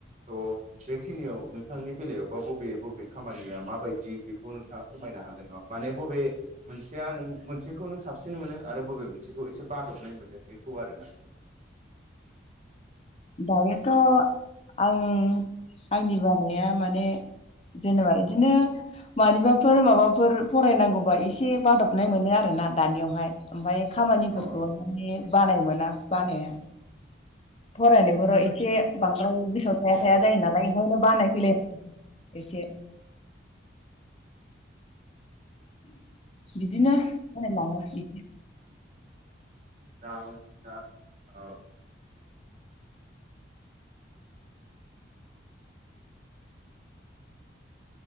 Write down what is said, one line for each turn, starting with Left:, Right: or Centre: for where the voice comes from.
Right: त' बेखिनियाव नोंथांनि बेलायावबा बबे बबे खामानिया माबायदि बेखौ नोंथाङा फोरमायनो हागोन नामा माने बबे मोनसेया नों मोनसेखौ नों साबसिन मोनो आरो बबे मोन सेखौ एसे बादबनाय मोनो बेखौ आरोना।
Left: दायोथ' आं आंनि बानाया माने जेनेबा इदिनो मानिबाफोर माबाफोर फरायनांगौबा एसे बादबनाय मोनो आरोना दानियावहाय ओमफाय खामानिफोरखौहाय
Right: अ
Left: माने बानाय मोना बानाया। फरायनायफोराव एसे बां द्राय गोसोआव थाया-थाया
Right: औ
Left: जायो नालाय ओंखायनो बानाय फैयो एसे। बिदिनो बालायलाङो इसे।
Right: दा नोंथांङा